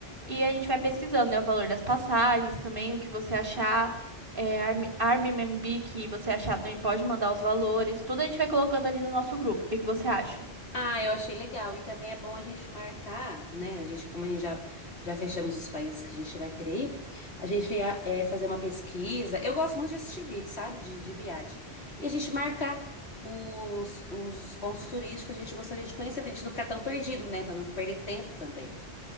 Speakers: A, on the right; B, on the left.
A: e a gente vai pesquisando, né, o valor das passagens também, o que você achar, é, Arm- Airbnb que você achar também pode mandar os valores, tudo a gente vai colocando ali no nosso grupo. O que que você acha?
B: Ah, eu achei legal. E também é bom a gente marcar, né? A gente, como a gente já, já fechamos os países que a gente vai querer ir, a gente ia, é, fazer uma pesquisa. Eu gosto muito de assistir vídeo, sabe? De, de viagem. E a gente marcar os, os pontos turísticos que a gente gostaria de conhecer, pra gente não ficar tão perdido, né? Pra não perder tempo também.